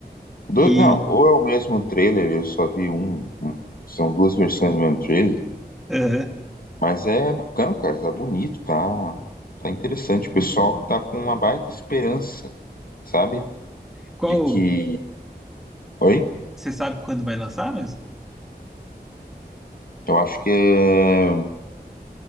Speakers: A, on the left; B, in the centre.
A: Dois,
B: E.
A: não, ou é o mesmo trailer, eu só vi um. um- São duas versões do mesmo trailer.
B: aham.
A: Mas é bacana, cara, tá bonito, tá, tá interessante. O pessoal tá com uma baita esperança, sabe?
B: Qual.
A: De que. Oi?
B: Você sabe quando vai lançar, mas.
A: Eu acho que é